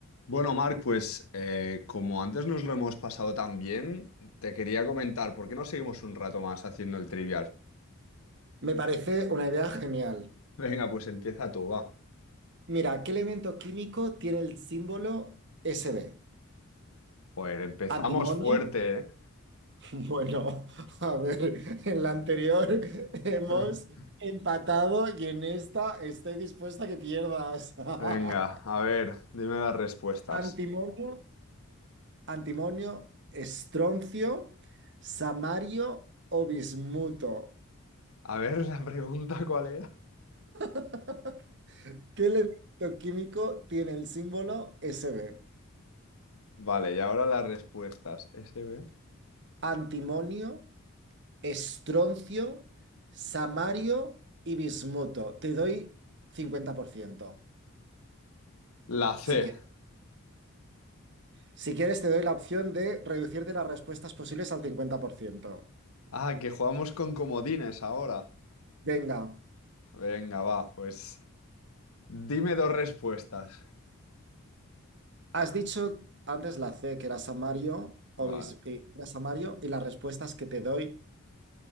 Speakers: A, on the left; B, on the right.
A: Bueno, Marc, pues eh, como antes nos lo hemos pasado tan bien, te quería comentar, ¿por qué no seguimos un rato más haciendo el trivial?
B: Me parece una idea genial.
A: <laughs> Venga, pues empieza tú, va.
B: Mira, ¿qué elemento químico tiene el símbolo SB?
A: Joder, empezamos
B: ¿Antimonio?
A: fuerte,
B: <laughs>
A: ¿eh?
B: Bueno, a ver, en la anterior <laughs> hemos
A: <laughs>
B: empatado y en esta estoy dispuesta a que pierdas. <laughs>
A: Venga, a ver, dime las respuestas.
B: ¿Antimonio? ¿Antimonio? ¿Estroncio? ¿Samario o bismuto?
A: A ver, la pregunta, ¿cuál era?
B: <laughs> ¿Qué elemento químico tiene el símbolo SB?
A: Vale, y ahora las respuestas. SB.
B: ¿Antimonio? estroncio, samario y bismuto. Te doy 50%
A: La C.
B: si quieres. Si quieres, te doy la opción de reducirte las respuestas posibles al cincuenta por ciento
A: Ah, que jugamos con comodines ahora.
B: Venga,
A: Venga, va, pues dime dos respuestas.
B: has dicho antes la C, que era samario,
A: Vale.
B: o bis- eh, era samario, y las respuestas que te doy